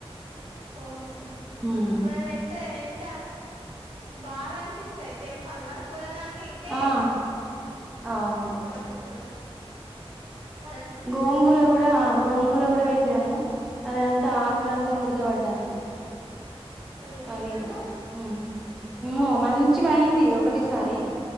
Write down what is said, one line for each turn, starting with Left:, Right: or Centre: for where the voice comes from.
Right: ఓహు
Centre: ఉమ్
Right: మనం ఎంత ఎంత బాగా అనిపిస్తాయి తెంపంగా కూరగాం ఇంతే
Centre: ఆ
Right: అయితది
Centre: అవును
Right: తోటకూర అ <unintelligible> <inaudible>
Centre: గోంగూర కూడా గోంగూర కూడా వేట్టినాము అది అంత
Right: ఉమ్
Centre: ఆకులు అంతా ముడత వడ్ తంది
Right: అయ్యో
Centre: అది
Right: ఎందుకు
Centre: కూడా హుమ్ ఉమో మంచిగా అయింది ఒకటేసారి